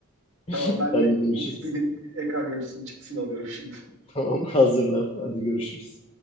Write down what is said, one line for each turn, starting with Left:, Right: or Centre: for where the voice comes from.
Right: Tamam
Left: <laughs>
Right: ben
Left: Hadi
Right: de x
Left: görüşürüz.
Right: XP'nin ekran görüntüsünün çıktısını alıyorum şimdi.
Left: Tamam hazırla. Hadi görüşürüz.